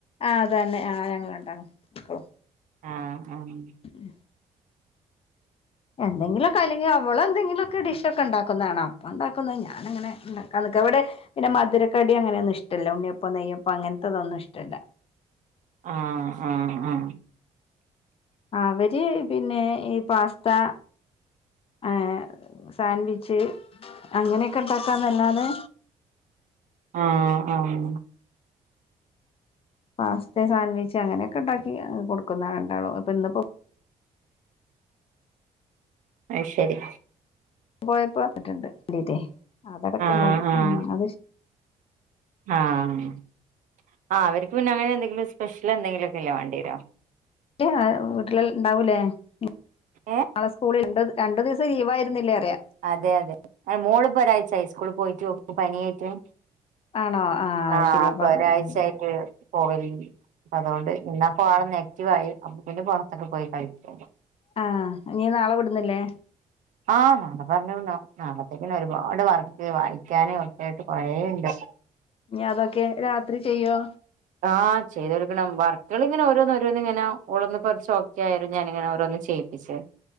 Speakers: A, on the left; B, on the right.
A: ആഹ് അതന്നെ ആഹ് ഞങ്ങൾ രണ്ടാളും മക്കളും
B: ആഹ് ആഹ്
A: ഇം എന്തെങ്കിലൊക്കെ അല്ലെങ്കി അവളെന്തെങ്കിലൊക്കെ ഡിഷൊക്കെ ഇണ്ടാക്കുന്നാണാ അപ്പ ഇണ്ടാക്കുന്നത് ഞാനങ്ങനെ ഇണ്ടാക്കാൻ നിക്കാ ഇവടെ പിന്നെ മധുരക്കടി അങ്ങനെയൊന്നിഷ്ടല്ല ഉണ്ണിയപ്പം നെയ്യപ്പം അങ്ങൻത്തതൊന്നും ഇഷ്ടല്ല
B: ആഹ് ആഹ് ആഹ്
A: അവര് പിന്നെ ഈ പാസ്താ അ ഹ് സാൻഡ്‌വിച്ച് അങ്ങനെയൊക്കെ ഇണ്ടാക്കാനല്ലാതെ
B: ആഹ് ആഹ്
A: പാസ്തേം സാൻഡ്‌വിച്ച് അങ്ങനെയൊക്ക ഇണ്ടാക്കി അ് കൊടുക്കുന്ന രണ്ടാളും അപ്പൊ ഇന്നിപ്പോ
B: അയ് ശരി
A: പോയപ്പോ വന്നിട്ട്ണ്ട് <unintelligible> അതെടക്ക്ണ്ടാവ
B: ആഹ് ആഹ്
A: ഉം അത് ശ്
B: ആഹ് ആഹ് അവര്ക്ക് പിന്നെ അങ്ങനെ എന്തെങ്കിലും സ്പെഷ്യലെന്തെങ്കിലൊക്കല്ലേ വാണ്ടിയരാ
A: <unintelligible> വീട്ടില് ഇണ്ടാവൂലേ നാളെ
B: ഏഹ്
A: സ്കൂളിൽ ഇണ്ടോത് രണ്ട് ദിവസം ലീവായിരുന്നില്ലേ അറയാ
B: അതെയതെ അയ് മോളിപ്പൊരാഴ്ച്ചായി സ്കൂള് പോയിട്ട് ഓക്ക് പനിയായിട്ട്
A: ആണോ ആ
B: ആഹ്
A: ശരിയാ
B: അപ്പൊ
A: പറഞ്ഞ
B: ഒരാഴ്ചായിട്ട് പോവലിണ്ട് അതോണ്ട് ഇന്നാപ്പൊ ഓളൊന്നാക്ടീവായി അപ്പൊ പിന്നെ പുറത്തൊക്കെ പോയി കളിക്കാൻ
A: ആഹ് ഇനി നാളെ വിടുന്നില്ലേ
B: ആഹ് നാളെ പർഞ്ഞു നൊ നാളത്തേക്ക്ല്ലെ ഒരുപാട് വർക്ക് വായിക്കാന് ഒക്കേയിട്ട് കൊറേണ്ട്
A: ഇനി അതൊക്കെ രാത്രി ചെയ്യോ
B: ആഹ് ചെയ്തൊരുക്കണം വർക്കളിങ്ങനെ ഓരോന്നോരോന്നിങ്ങനെ ഓളൊന്ന് കൊറച്ചോക്കെ ആയാലും ഞാനിങ്ങനെ ഓരോന്ന് ചെയ്യ് യ്യിച്ചേ